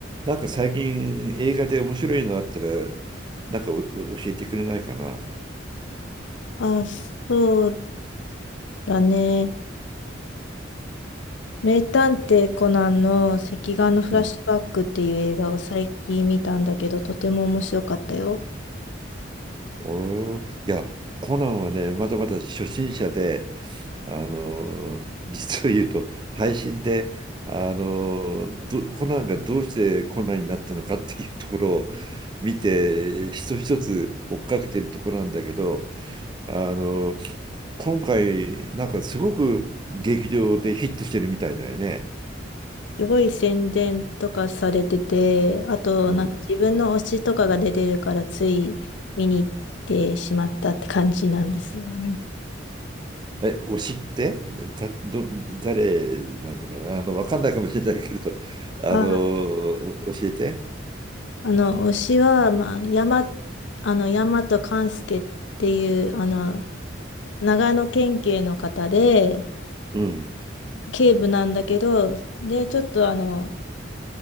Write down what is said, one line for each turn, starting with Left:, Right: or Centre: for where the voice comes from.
Right: なんか最近映画で面白いのあったら、なんかおお教えてくれないかな。
Left: あ、そうだね。名探偵コナンの赤眼のフラッシュバックっていう映画を最近見たんだけど、
Right: うん。
Left: とても面白かったよ。
Right: おー、いや、コナンはね、まだまだ初心者で、あのー実を言うと、配信で、あのーど、コナンがどうしてコナンになったのかっていうところを見て、一つ一つ追っかけてるところなんだけど、あのー今回、なんかすごく劇場でヒットしてるみたいだよね。
Left: すごい宣伝とかされてて、あとなんか自分の推しとかが出てるからつい見に行ってしまったって感じなんですよね。
Right: うん。え、推しってた、ど、誰なんだかな、あの、わかんないかもしれないけれど、あの、
Left: あ、
Right: お教えて。
Left: あの、推しは、まあ、山、あの、山と勘介っていう、あの、長野県警の方で、
Right: うん、
Left: 警部なんだけど、で、ちょっとあの、